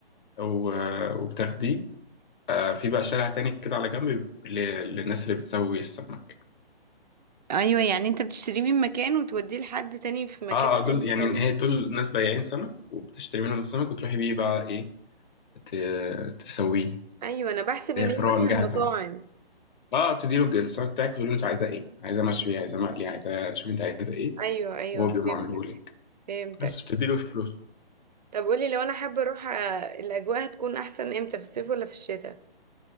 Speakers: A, on the left; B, on the right.
A: و- آه، وبتاخديه آه في بقى شارع تاني كده على جنب ل- للناس اللي بتسوي السمك
B: ايوه يعني انت بتشتريه من مكان وتوديه لحد تاني في مكان
A: اه آه، دول
B: تاني يسويه
A: يعني هي دول ناس بياعين سمك وبتشتري منهم السمك وتروحي بيه بقى ايه ت- تسويه
B: ايوه انا بحسب
A: هي
B: ان
A: فرن
B: هي مثلا
A: جاهزه
B: مطاعم
A: بس اه بتدي له السمك بتاعك وتقول له انت عايزه ايه عايزه مشوي عايزه مقلي عايزه شوف انت عايزه ايه
B: ايوه ايوه
A: وهو بيقوم
B: فهمتك
A: عامله لك
B: فهمتك
A: بس بتدي له فلوس
B: طب قولي لو انا حابه اروح آه، الاجواء هتكون احسن امتى في الصيف ولا في الشتاء